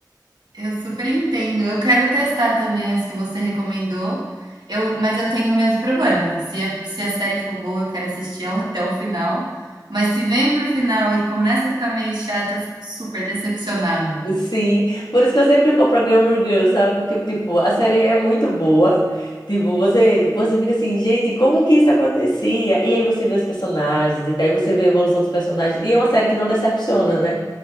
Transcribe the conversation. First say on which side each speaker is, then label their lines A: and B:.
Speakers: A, on the right; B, on the left.
A: Eu super entendo. Eu quero testar também as que você recomendou. Eu, mas eu tenho o mesmo problema. Se a, se a série for boa, eu quero assistir ela <laughs> até o final. Mas se vem para o final e começa a ficar meio chata, eu fico super decepcionada.
B: Sim, por isso que eu sempre vou pra Gilmore Girls, sabe? Porque, tipo, a série é muito boa. Tipo, você, você fica assim, gente, como que isso acontecia? E aí você vê os personagens, e daí você vê a evolução dos personagens. E é uma série que não decepciona, né?